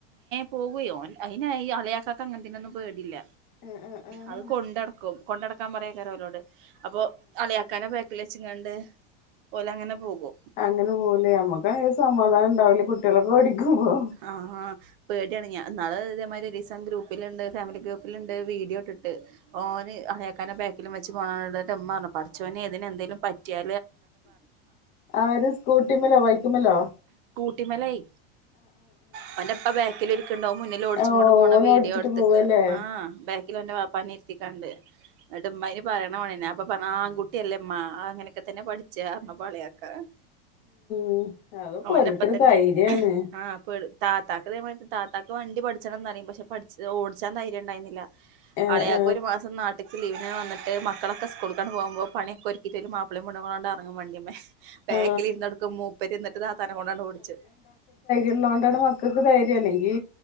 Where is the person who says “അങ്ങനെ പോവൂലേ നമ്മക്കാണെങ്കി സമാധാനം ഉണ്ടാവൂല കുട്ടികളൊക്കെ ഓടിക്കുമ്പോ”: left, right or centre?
Left